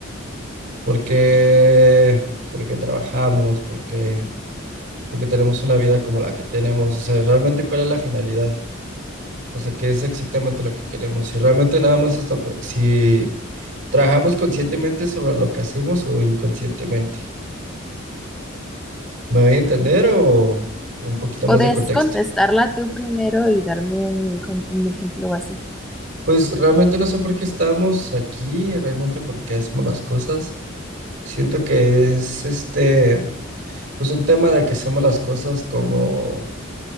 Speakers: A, on the right; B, in the centre.
A: por qué, por qué trabajamos, por qué, por qué tenemos una vida como la que tenemos, o sea, realmente cuál es la finalidad, o sea, qué es exactamente lo que queremos, si realmente nada más estamos, si ¿Trabajamos conscientemente sobre lo que hacemos o inconscientemente? ¿Me voy a entender o un poquito
B: ¿Podrías
A: más de contexto?
B: contestarla tú primero y darme un, com- un ejemplo así?
A: Pues realmente no sé por qué estamos aquí, realmente por qué hacemos las cosas. Siento que es este, pues un tema de que hacemos las cosas como